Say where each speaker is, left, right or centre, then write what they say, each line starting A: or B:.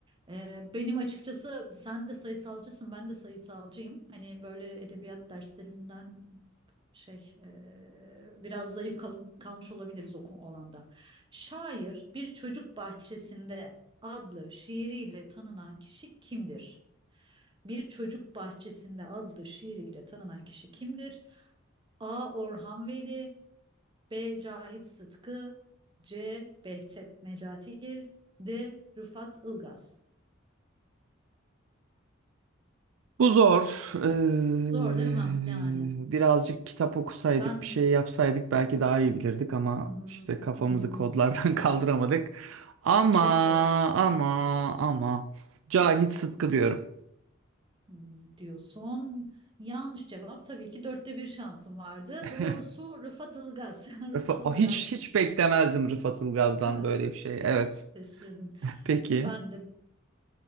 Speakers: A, on the right; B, on the right.
A: Ee, benim açıkçası sen de sayısalcısın, ben de sayısalcıyım. Hani böyle edebiyat derslerinden şey eee, biraz zayıf kal- kalmış olabiliriz o konu- alanda. Şair bir çocuk bahçesinde adlı şiiriyle tanınan kişi kimdir? Bir çocuk bahçesinde adlı şiiriyle tanınan kişi kimdir? A. Orhan Veli B. Cahit Sıtkı C. Behçet Necatigil D. Rıfat Ilgaz
B: Bu zor. Ee,
A: Zor değil mi? Yani
B: birazcık kitap okusaydık,
A: ben
B: bir şey yapsaydık belki daha iyi bilirdik ama
A: hı hı,
B: işte kafamızı
A: hı hı,
B: kodlardan <laughs> kaldıramadık. Ama
A: çok zor
B: ama ama Cahit Sıtkı diyorum.
A: hı, diyorsun. Yanlış cevap tabii ki dörtte bir şansım vardı.
B: <laughs>
A: Doğrusu Rıfat Ilgaz. <laughs> Rıfat
B: Rıfa-
A: Ilgaz'mış.
B: O hiç hiç beklemezdim Rıfat Ilgaz'dan
A: Değil mi?
B: böyle bir şey.
A: <laughs>
B: Evet.
A: Şaşırdın.
B: Peki.
A: Ben de